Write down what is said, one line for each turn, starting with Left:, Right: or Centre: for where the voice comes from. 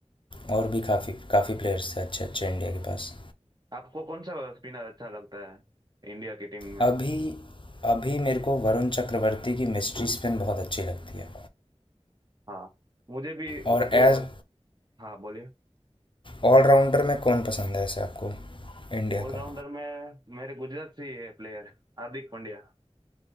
Left: और भी काफ़ी काफ़ी प्लेयर्स थे अच्छे अच्छे इंडिया के पास
Right: आपको कौन सा स्पिनर अच्छा लगता है इंडिया की टीम में
Left: अभी अभी मेरे को वरुण चक्रवर्ती की मिस्ट्री स्पिन बहुत अच्छी लगती है
Right: हाँ मुझे भी उ,
Left: और
Right: उ,
Left: एज
Right: हाँ बोलिए
Left: ऑलराउंडर में कौन पसंद है ऐसे आपको इंडिया
Right: ऑलराउंडर
Left: का
Right: में मेरे गुजरात से ही है प्लेयर हार्दिक पांड्या